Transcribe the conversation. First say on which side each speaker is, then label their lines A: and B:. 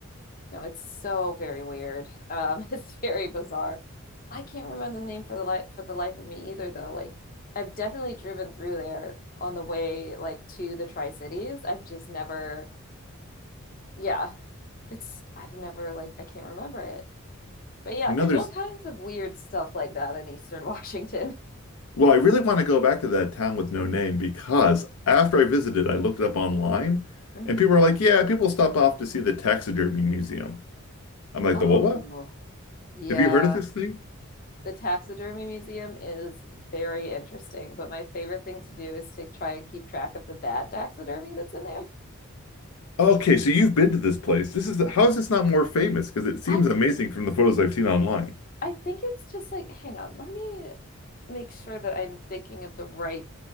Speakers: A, on the left (about 40°); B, on the left (about 85°).
A: No, it's so very weird. Um, <laughs> it's very bizarre. I can't remember the name for the life for the life of me either, though. Like, I've definitely driven through there on the way, like to the Tri-Cities. I've just never, yeah, it's I've never like I can't remember it. But yeah,
B: You know,
A: there's
B: there's
A: all kinds of weird stuff like that in Eastern <laughs> Washington.
B: Well, I really want to go back to that town with no name because after I visited, I looked it up online
A: Mhm.
B: and people were like, yeah, people stop off to see the taxidermy museum. I'm like,
A: Oh,
B: the what?
A: yeah.
B: Have you heard of this thing?
A: The taxidermy museum is very interesting, but my favorite thing to do is to try and keep track of the bad taxidermy that's in there.
B: Okay, so you've been to this place. This is how is this not more famous? Because it seems
A: I
B: amazing from the photos I've seen online.
A: I think it's just like, hang on, let me make sure that I'm thinking of the right